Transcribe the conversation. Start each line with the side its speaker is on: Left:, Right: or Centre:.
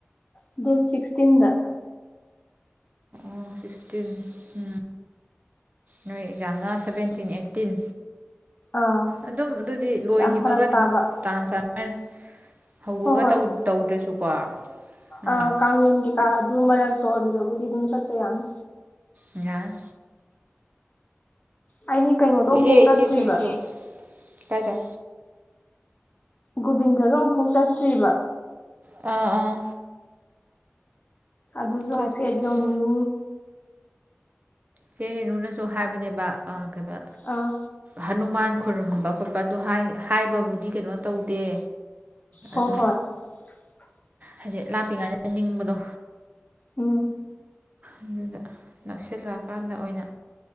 Left: ꯗꯦꯠ ꯁꯤꯛꯁꯇꯤꯟꯗ
Right: ꯑꯣ ꯁꯤꯛꯁꯇꯤꯟ ꯎ ꯅꯣꯏ ꯑꯦꯛꯖꯥꯝꯅ ꯁꯚꯦꯟꯇꯤꯟ ꯑꯩꯠꯇꯤꯟ
Left: ꯑꯥ
Right: ꯑꯗꯨꯝ ꯑꯗꯨꯗꯤ ꯂꯣꯏꯈꯤꯕꯒ
Left: ꯌꯥꯝ ꯐꯔꯛ
Right: ꯑꯗꯨꯝ
Left: ꯇꯥꯕ
Right: ꯇꯥꯟ ꯆꯥꯟꯅꯅꯤ ꯍꯧꯕꯒ
Left: ꯍꯣꯏ
Right: ꯇꯧꯗ꯭ꯔꯁꯨꯀꯣ ꯎꯝ
Left: ꯑ ꯀꯥꯡꯂꯦꯟ ꯒꯤ ꯀꯥ ꯑꯗꯨ ꯃꯔꯛꯇꯣ ꯑꯗꯨꯗꯕꯨꯗꯤ ꯑꯗꯨꯝ ꯆꯠꯄ ꯌꯥꯅꯤ
Right: ꯌꯥꯢ
Left: ꯑꯩꯒꯤ ꯀꯩꯅꯣꯗꯣ
Right: ꯀꯨꯏꯔꯦ
Left: ꯑꯃꯨꯐꯥꯎ ꯆꯠꯇ꯭ꯔꯤꯕ
Right: ꯏꯆꯦ ꯊꯣꯏꯁꯨ ꯀꯥꯏꯗ
Left: ꯒꯣꯕꯤꯟꯗꯁꯨ ꯑꯃꯨꯛꯐꯥꯎ ꯆꯠꯇ꯭ꯔꯤꯕ
Right: ꯑꯥ ꯑꯥ
Left: ꯑꯗꯨꯁꯨ
Right: ꯆꯠꯁꯤ
Left: ꯍꯥꯏꯐꯦꯠ
Right: ꯆꯠꯁꯤ
Left: ꯌꯡꯉꯨ
Right: ꯁꯤ ꯔꯦꯅꯨꯅꯁꯨ ꯍꯥꯏꯕꯅꯦꯕ ꯀꯩꯕ
Left: ꯑꯥ
Right: ꯍꯅꯨꯃꯥꯟ ꯈꯨꯔꯨꯝꯕ ꯈꯣꯠꯄ ꯑꯗꯨ ꯍꯥꯏ ꯍꯥꯏꯕꯕꯨꯗꯤ ꯀꯩꯅꯣ ꯇꯧꯗꯦ
Left: ꯍꯣꯏ
Right: ꯑꯗꯣ
Left: <unintelligible>
Right: ꯍꯥꯏꯗꯤ ꯂꯥꯞꯄꯤꯉꯥꯏꯗ ꯅꯤꯡꯕꯗꯣ
Left: ꯎꯝ
Right: ꯑꯗꯨꯗ ꯅꯛꯁꯤꯜꯂ ꯀꯥꯟꯗ ꯑꯣꯏꯅ